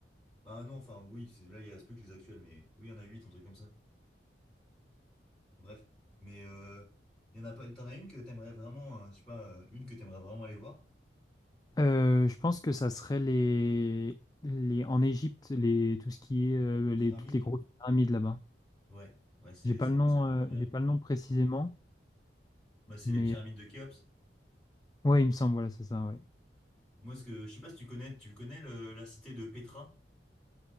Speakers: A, in the centre; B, on the left.
A: bah non, enfin, oui, c'est- là, il reste plus que les actuelles, mais oui, il y en a huit, un truc comme ça. Bref. Mais, euh, il y en a pas, t'en as une que t'aimerais vraiment, euh, je sais pas, euh, une que t'aimerais vraiment aller voir?
B: Euh, je pense que ça serait les, les en Égypte, les tout ce qui est euh,
A: Pyramide?
B: les toutes les grosses pyramides là-bas.
A: Ouais, ouais, c'est,
B: J'ai pas
A: c'est
B: le
A: vrai,
B: nom,
A: celle-là,
B: euh,
A: incroyable.
B: j'ai pas le nom précisément,
A: Moi, c'est
B: mais
A: les pyramides de Khéops.
B: ouais, il me semble, voilà, c'est ça, ouais.
A: Moi, ce que je sais pas si tu connais, tu connais le- la cité de Petra.